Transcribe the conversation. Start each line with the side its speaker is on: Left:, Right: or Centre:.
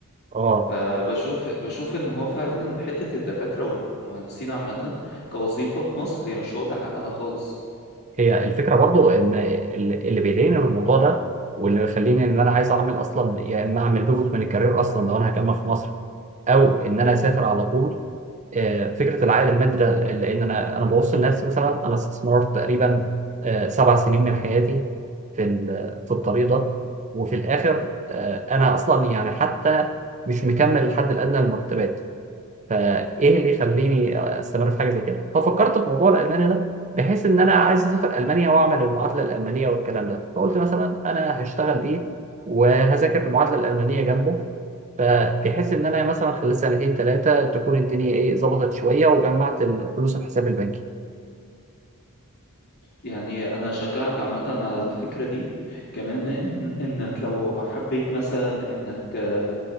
Right: اه
Left: فبشوف بشوف ان هو فعلا حتة الدكاترة والمهندسين عامة كوظيفة في مصر هي مش واخدة حقها خالص
Right: هي الفكرة برضو إن ال- اللي بيضايقني من الموضوع ده واللي مخليني إن أنا عايز أعمل أصلا يا إما أعمل بيفوت من الكارير أصلا لو أنا هكمل في مصر او ان انا اسافر على طول آه، فكره العائد المادي ده لان انا انا ببص لنفسي مثلا انا استثمرت تقريبا آه، سبع سنين من حياتي في ال- في الطريق ده وفي الاخر آه، انا اصلا يعني حتى مش مكمل الحد الادنى للمرتبات فايه اللي يخليني استمر في حاجه زي كده ففكرت في موضوع الالماني ده بحيث ان انا عايز اسافر المانيا واعمل المعادله الالمانيه والكلام ده فقلت مثلا انا هشتغل بيه وهذاكر المعادله الالمانيه جنبه فبحيث ان انا مثلا خلال سنتين ثلاثه تكون الدنيا ايه ظبطت شويه وجمعت الفلوس في حساب البنكي
Left: يعني انا اشجعك عامه على الفكره دي كمان إن انك لو حبيت مثلا انك آه،